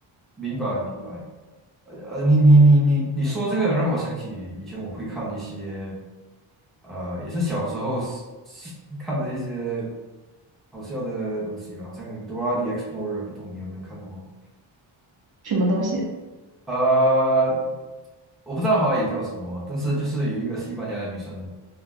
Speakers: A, in the centre; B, on the right (about 50°).
A: 明白明白。呃，呃你你你你你说这个让我想起以前我会看一些，呃，也是小时候是是 <laughs> 看的一些好笑的东西吧，好像《Dora the Explorer》，不懂你有没有看过？
B: 什么东西
A: 呃，我不知道华语叫什么，但是就是有一个西班牙的女生